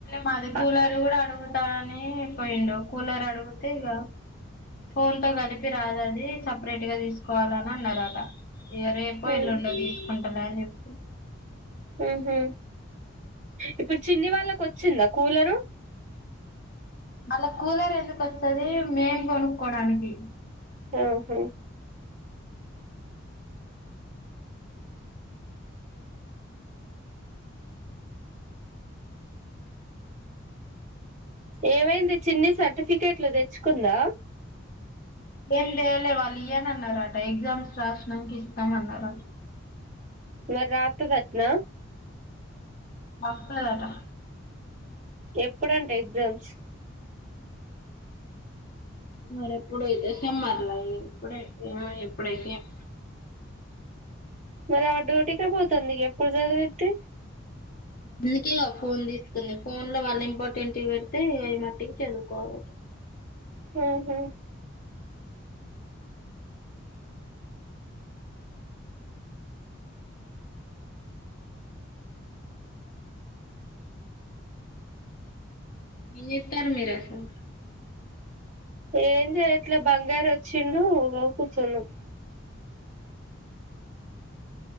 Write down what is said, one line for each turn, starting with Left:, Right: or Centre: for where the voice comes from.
Left: మాది కూలారు
Right: అ
Left: కూడా ఆడు అగుతయని అయి పోయిండు కూలర్ అడిగితే ఇగ ఫోన్ తో కలిపి రాదు అది సపరేట్ గా తీసుకోవాలని అన్నారు అట ఇగ రేపో
Right: ఉమ్
Left: ఎల్లుండో తీసుకుంటలే అన్ చెప్పి
Right: ఊహు ఇప్పుడు చిన్ని వాళ్ళకు వచ్చిందా కూలరు
Left: మళ్ళ కూలర్ ఎందుకొస్తది మేం కొనుక్కోడానికి
Right: ఆ హ ఏమైంది చిన్ని సర్టిఫికెట్లు తెచ్చుకుందా
Left: ఏం చేేయలే వాళ్ళు ఇయ్వన అన్నారట ఎగ్జామ్స్ రాసడానికి ఇస్తాం అన్నట
Right: మర్ రాత్తదట్నా
Left: బస్తదటా
Right: ఎప్పుడంట ఎగ్జామ్స్
Left: మరెప్పుడైతే సమ్మర్లా ఇప్పుడే ఆ ఎప్పుడైతే ఎం
Right: మరి అడ్డుగుటిక పోతుంది ఎప్పుడు చదివిది
Left: అందుకే గా ఫోన్ తీసుకుంది ఫోన్ లో వాళ్ళింపోర్టంట్ వి పెడ్తే అయ్ మటికి చదువుకోవాలి.
Right: హు హు
Left: న తర్ మీరుసం
Right: ఏం చెయట్లే బంగారు వచ్చిండు కూర్చున్నాం